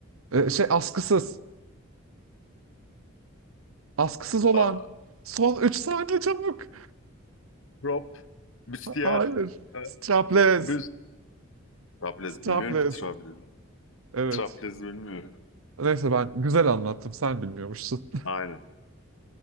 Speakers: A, on the right; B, on the left.
A: E, şey askısız, askısız olan.
B: Aa,
A: Son 3 saniye çabuk. <laughs>
B: prop, büstiyer,
A: Ha- Hayır,
B: e,
A: strapless,
B: büz. Traplez
A: strapless.
B: bilmiyorum ki traplez.
A: Evet.
B: Traplez bilmiyorum.
A: Neyse ben güzel anlattım, sen bilmiyormuşsun.
B: Aynen.